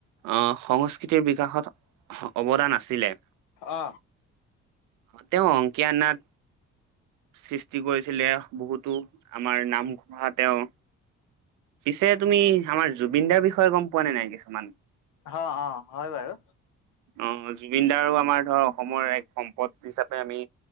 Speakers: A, on the right; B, on the left.
A: আহ সংস্কৃতিৰ বিকাশত অৱদান আছিলে
B: অ
A: অ তেওঁ অংকিয়া নাট সৃষ্টি কৰিছিলে বহুতো আমাৰ নামঘোষা তেওঁ পিছে তুমি আমাৰ জুবিন দাৰ বিষয়ে গম পোৱা নে নাই কিছুমান
B: অ অ হয় বাৰু
A: অ জুবিন দাৰো আমাৰ ধৰ অসমৰ এক সম্পদ হিচাপে আমি